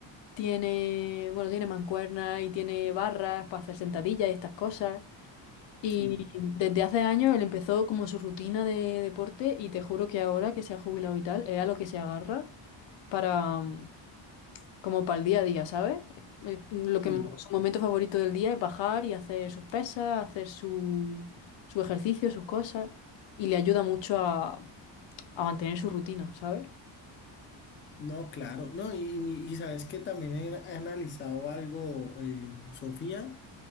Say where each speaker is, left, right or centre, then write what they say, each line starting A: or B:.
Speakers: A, on the left; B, on the left.
A: tiene, bueno, tiene mancuernas y tiene barras para hacer sentadillas y estas cosas. Y
B: Sí,
A: desde hace años él empezó como su rutina de deporte y te juro que ahora que se ha jubilado y tal, es a lo que se agarra para mm, como para el día a día, ¿sabes? Eh, Lo
B: sí.
A: que su momento favorito del día es bajar y hacer sus pesas, hacer su, su ejercicio, sus cosas, y le ayuda mucho a, a mantener su rutina, ¿sabes?
B: No, claro. No, y, y- y sabes que también he, he analizado algo, eh, Sofía.